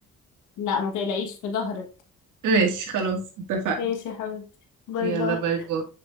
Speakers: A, on the left; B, on the right.
A: لا ما تقلقيش في ظهرك
B: <laughs> ماشي خلاص اتفقنا
A: ماشي يا حبيبتي باي
B: يلا
A: باي
B: باي باي